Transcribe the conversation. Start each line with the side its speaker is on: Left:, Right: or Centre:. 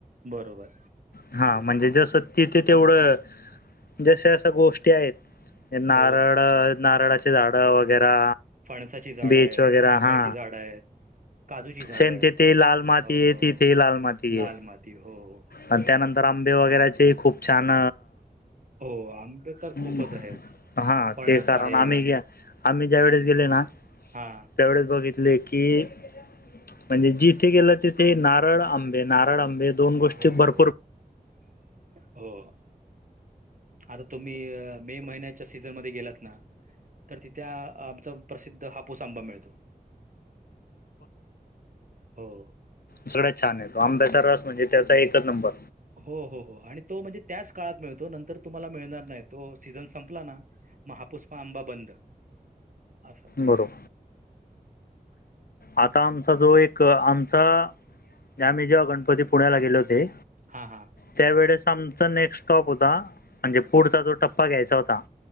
Right: बरोबर‌.
Left: हा म्हणजे जसं तिथे तेवढं जश अश्या गोष्टी आहेत,
Right: अ
Left: नारळ, नारळाची झाड, वगैरे.
Right: फणसाची झाडं
Left: बीच
Right: आहेत,
Left: वगैरे
Right: आंब्याची
Left: हा
Right: झाडं आहेत. काजूची झाडं
Left: सेम
Right: आहेत,
Left: तिथे लाल माती
Right: हो
Left: आहे तिथे लाल माती
Right: लाल
Left: आहे.
Right: माती हो-
Left: आणि त्यानंतर आंबे वगैरेचे खूप छान-
Right: हो हो, आंबे तर
Left: हम्
Right: खूपच आहेत
Left: हा
Right: फणस
Left: ते कारण
Right: आहेत
Left: आम्ही घ्या आम्ही ज्या वेळेस गेले ना-
Right: हा
Left: त्यावेळेस बघितले की- म्हणजे जिथे गेलं तिथे नारळ आंबे नारळ आंबे- दोन गोष्टी
Right: हो, हो,
Left: भरपूर
Right: हो, हो. आता तुम्ही मे महिन्याच्या सीझनमध्येध्ये गेलात ना- तर तिथे आमचा प्रसिद्ध हापूस आंबा मिळतो. हो.
Left: सगळंच छान आहे अंब्याचा रस म्हणजे त्याचा एकच नंबर.
Right: हो हो हो आणि तो म्हणजे त्याच काळात मिळतो, नंतर तुम्हाला मिळणार नाही तो सीझन संपला ना- म हापुस आंबा बंद असं.
Left: बर आता आमचा जो एक आमचा आम्ही जेव्हा गणपती पुळ्याला गेले होते.
Right: हा हा.
Left: त्या वेळेस आमचा नेक्स्ट स्टॉप होता, म्हणजे पुढचा जो टप्पा घ्यायचा होता-